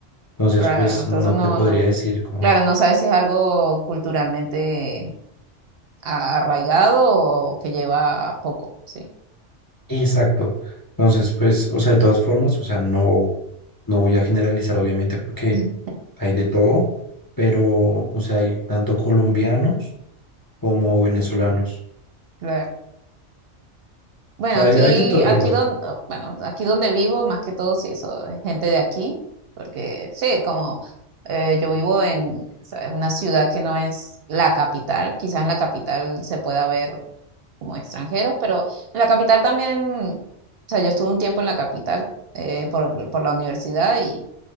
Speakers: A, on the left; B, on the right.
A: entonces
B: Claro,
A: pues
B: entonces
A: no
B: no,
A: te podría
B: no.
A: decir como,
B: Claro, no sabes si es algo culturalmente a- arraigado o que lleva poco, sí.
A: exacto. Entonces pues, o sea, de todas formas, o sea, no, no voy a generalizar obviamente porque
B: <clears throat>
A: hay de todo, pero, o sea, hay tanto colombianos como venezolanos.
B: Claro. Bueno,
A: O sea,
B: aquí,
A: hay, hay de todo,
B: aquí
A: la verdad.
B: donde, bueno, aquí donde vivo, más que todo, sí, so- gente de aquí, porque sí, como eh, yo vivo en, ¿sabes? una ciudad que no es la capital, quizás en la capital se pueda ver como extranjeros, pero en la capital también, o sea, yo estuve un tiempo en la capital eh, por, por la universidad y